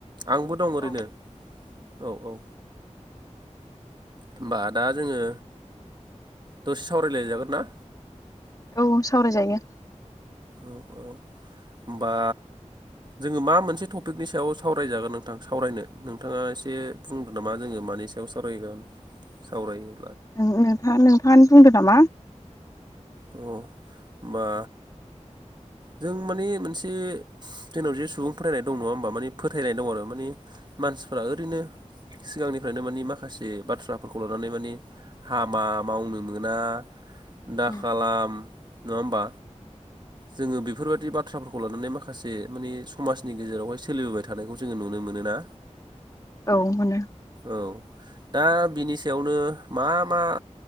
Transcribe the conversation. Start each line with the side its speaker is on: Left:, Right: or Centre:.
Right: आंबो दं ओरैनो
Left: अ
Right: औ औ होमबा दा जोङो दसे सावरायलायजागोन ना
Left: औ सावरायजायो
Right: औ औ बा जोङो मा मोनसे टपिकनि सायाव सावरायजागोन नोंथां सावरायनो नोंथाङा एसे बुंदों नामा जोङो मान सानै सायाव सावरायगोन सावरायो
Left: नोंथाङ नोंथाङानो बुंदो नामा
Right: अ बा जों माने मोनसे जोंनाव जे सुबुं फथायरायनाय दं नङा होमबा माने फोथायनाय दं आरो माने मानसिफ्रा ओरैनो सिगांनिफ्रायनो मानि माखासे बाथ्राफोरखौ लानानै मानि हाबा मावनो मोना दा
Left: औ
Right: नङा होनबा जोंङो बेफोरबादि बाथ्रा बाथ्राफोरखौ लानानै माखासे मानि समाजनि गेजेरावहाय सोलिबोबाय थानायखौ जोङो नुनो मोन ना
Left: औ मोनो
Right: औ दा बिनि सायावनो मा मा